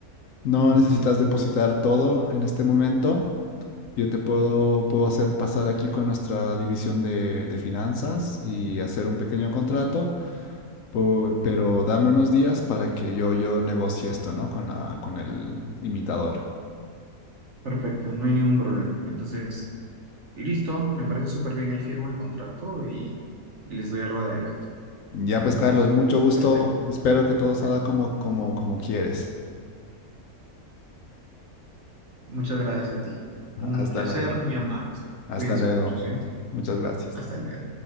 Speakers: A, on the left; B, on the right.
A: No
B: ujú.
A: necesitas depositar todo en este momento. Yo te puedo, puedo hacer pasar aquí con nuestra división de, de finanzas y hacer un pequeño contrato, po- pero dame unos días para que yo, yo negocie esto, ¿no? Con la, con el imitador.
B: Perfecto, no hay ningún problema. Entonces, listo, me parece súper bien. Ahí firmo el contrato y, y les doy algo de adelanto.
A: Ya pues, Carlos, mucho gusto.
B: Perfecto,
A: Espero que todo
B: perfecto.
A: salga como, como, como quieres.
B: Muchas gracias a ti.
A: <laughs>
B: Un
A: Hasta
B: placer,
A: luego.
B: muy amables.
A: Hasta
B: Cuídense
A: luego.
B: mucho, ¿sí?
A: Muchas gracias.
B: Hasta luego.